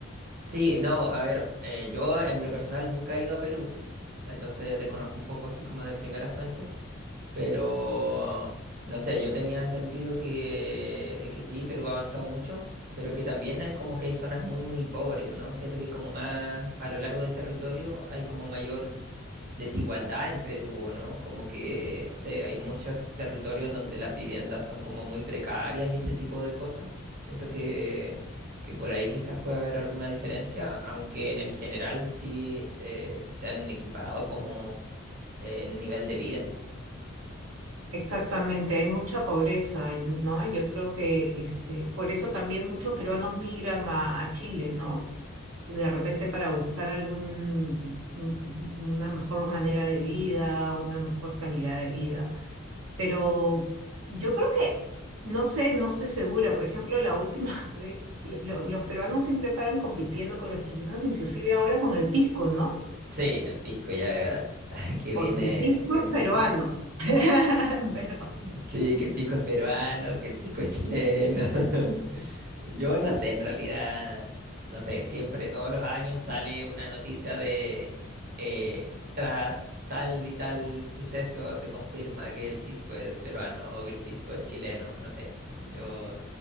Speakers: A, on the right (about 45°); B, on the right (about 85°).
A: Sí, no, a ver, eh, yo en lo personal nunca he ido a Perú, entonces desconozco un poco así como de primera fuente, pero no sé, yo tenía entendido que, que sí, Perú ha avanzado mucho. Pero que también es como que hay zonas muy, muy pobres, ¿o ¿no? Siento que hay como más, a lo largo del territorio, hay como mayor desigualdad en Perú, ¿no? Como que, no sé, hay muchos territorios donde las viviendas son como muy precarias y ese tipo de cosas. Siento que, que por ahí quizás pueda haber alguna diferencia, aunque en el general sí eh, se han equiparado como eh, en nivel de vida.
B: Exactamente, hay mucha pobreza, y- ¿no? Yo creo que este, por eso también muchos peruanos migran a, a Chile, ¿no? De repente para buscar algún, un- un- una mejor manera de vida, una mejor calidad de vida. Pero yo creo que, no sé, no estoy segura. Por ejemplo, la última <laughs> vez, lo- los peruanos siempre paran compitiendo con los chilenos, inclusive ahora con el pisco, ¿no?
A: Sí, el pisco ya <laughs> que viene,
B: Porque el pisco
A: viene
B: es
A: hace
B: peruano.
A: unos años.
B: <laughs> Pero
A: Sí, que el pisco es peruano, que el pisco es chileno. <laughs> Yo no sé, en realidad, no sé, siempre, todos los años sale una noticia de eh, tras tal y tal suceso se confirma que el pisco es peruano o que el pisco es chileno, no sé. Yo,